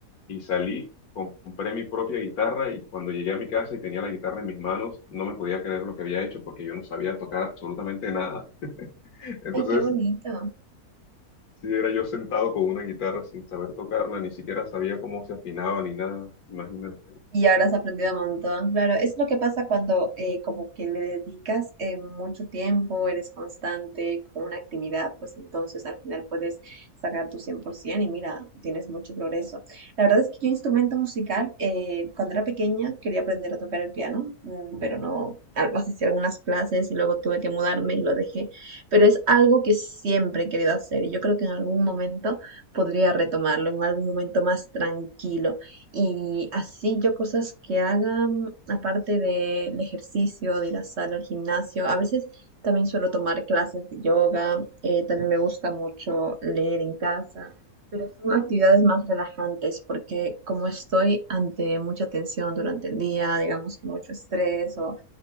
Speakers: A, on the left; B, on the right.
A: y salí, compré mi propia guitarra y cuando llegué a mi casa y tenía la guitarra en mis manos, no me podía creer lo que había hecho porque yo no sabía tocar absolutamente nada. <laughs> Entonces,
B: Ay, qué bonito.
A: Sí, era yo sentado con una guitarra sin saber tocarla, ni siquiera sabía cómo se afinaba ni nada. Imagínate.
B: Y ahora has aprendido un montón. Claro, es lo que pasa cuando eh, como que le dedicas eh, mucho tiempo, eres constante con una actividad, pues entonces al final puedes sacar tu 100% y mira, tienes mucho progreso. La verdad es que yo instrumento musical, eh, cuando era pequeña quería aprender a tocar el piano, mm, pero no, algo así, hice algunas clases y luego tuve que mudarme y lo dejé. Pero es algo que siempre he querido hacer y yo creo que en algún momento podría retomarlo, en algún momento más tranquilo. Y así yo cosas que hagan, aparte del ejercicio, de ir a sala, al gimnasio, a veces también suelo tomar clases de yoga, eh, también me gusta mucho leer en casa, pero son actividades más relajantes porque como estoy ante mucha tensión durante el día, digamos que mucho estrés o,